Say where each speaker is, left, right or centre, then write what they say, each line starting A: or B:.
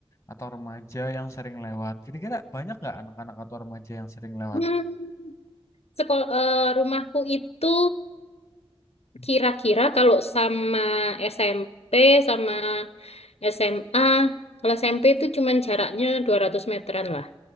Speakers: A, on the left; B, on the left.
A: atau remaja yang sering lewat. Kira-kira banyak nggak anak-anak atau remaja yang sering lewat?
B: Hmm, sekol- eh, rumahku itu kira-kira kalau sama SMP sama SMA, kalau SMP itu cuman jaraknya 200 meteran lah.